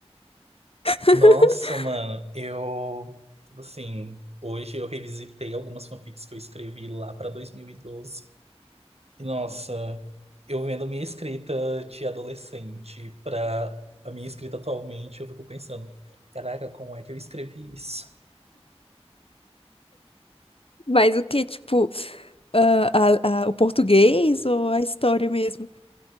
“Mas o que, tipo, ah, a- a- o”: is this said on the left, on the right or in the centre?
Left